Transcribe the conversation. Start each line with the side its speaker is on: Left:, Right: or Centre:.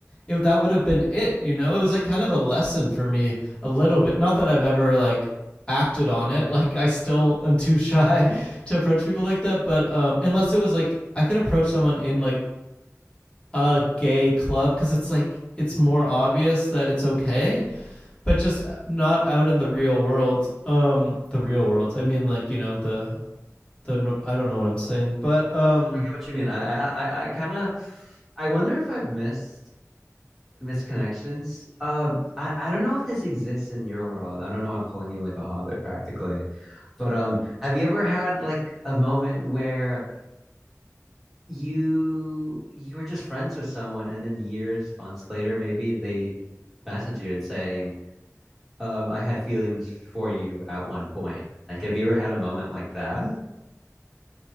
Left: it that would have been it, you know? It was like kind of a lesson for me a little bit. Not that I've ever like acted on it. Like I still am too shy <laughs> to approach people like that, but um unless it was like I could approach someone in like a gay club cuz it's like it's more obvious that it's okay, but just uh, not out in the real world. Um the real world. I mean like, you know, the the I don't know what I'm saying, but um
Centre: get what you mean. I I I, I kind of I wonder if I've missed misconnections. Uh, I I don't know if this exists in your world. I don't know. I'm calling you like a hobbit practically, but um, have you ever had like a moment where you you were just friends with someone, and then years, months later, maybe they message you and saying, um, I had feelings for you at one point. Like, have you ever had a moment like that?